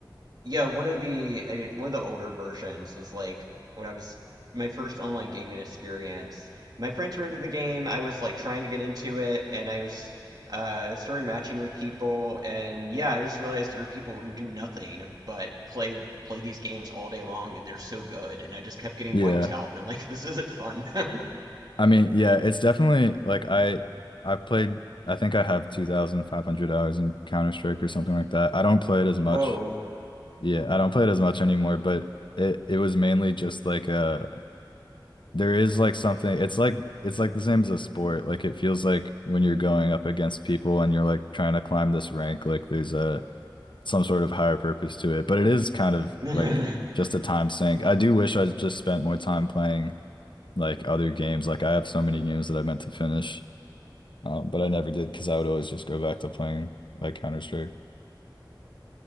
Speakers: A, on the right (about 55°); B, on the left (about 80°).
A: Yeah, one of the uh, one of the older versions was like when I was my first online gaming experience. My friends were into the game. I was like trying to get into it, and I was uh started matching with people, and yeah, I just realized there are people who do nothing but play play these games all day long, and they're so good, and I just kept getting
B: Yeah.
A: wiped out, and I'm like, <laughs> this isn't fun. <laughs>
B: I mean, yeah, it's definitely like I I've played I think I have 2,500 hours in Counter-Strike or something like that. I don't play it as much.
A: Whoa.
B: Yeah, I don't play it as much anymore, but it it was mainly just like uh there is like something it's like it's like the same as a sport. Like it feels like when you're going up against people and you're like trying to climb this rank, like there's a some sort of higher purpose to it. But it is kind of
A: <laughs>
B: like just a time sink. I do wish I just spent more time playing like other games. Like I have so many games that I meant to finish, um, but I never did because I would always just go back to playing like Counter-Strike.